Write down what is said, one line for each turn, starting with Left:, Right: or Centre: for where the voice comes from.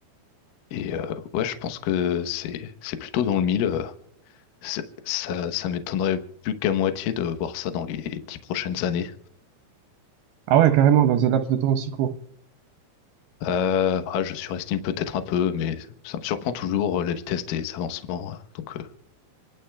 Left: Et euh, ouais, je pense que c'est c'est plutôt dans le mille. euh, c'est- Ça, ça m'étonnerait plus qu'à moitié de voir ça dans les dix prochaines années.
Right: Ah ouais, carrément, dans un laps de temps aussi court.
Left: Euh, ah, je surestime peut-être un peu, mais ça me surprend toujours euh, la vitesse des avancements. euh, Donc, euh,